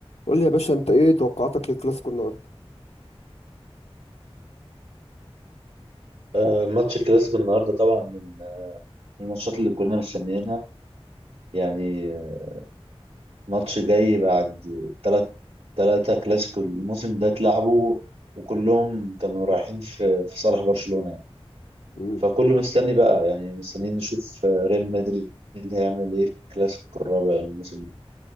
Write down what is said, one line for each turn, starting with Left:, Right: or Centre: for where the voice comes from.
Left: قول لي يا باشا انت ايه توقعاتك للكلاسيكو النهارده
Right: آه، ماتش الكلاسيكو النهارده طبعا من الماتشات اللي كنا مستنيينها يعني آه، ماتش جاي بعد تلات تلاتة كلاسيكو الموسم ده اتلعبوا وكلهم كانوا رايحين في في صالح برشلونة يعني
Left: امم
Right: فكله مستني بقى يعني مستنيين نشوف آه، ريال مدريد هيعمل ايه في الكلاسيكو الرابع الموسم ده